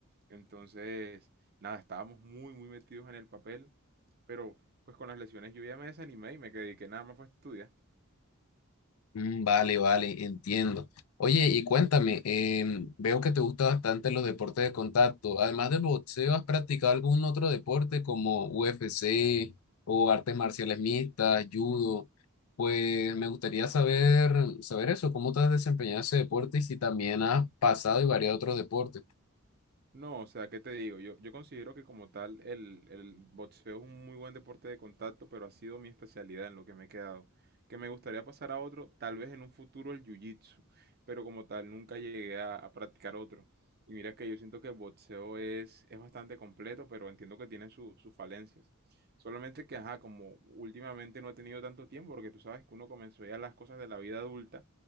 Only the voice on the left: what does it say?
mm, Vale, vale, entiendo. Oye, y cuéntame, em, veo que te gusta bastante los deportes de contacto. Además del boxeo, ¿has practicado algún otro deporte como UFC o artes marciales mixtas, judo? Pues me gustaría saber, saber eso, cómo te has desempeñado en ese deporte y si también has pasado y variado otros deportes.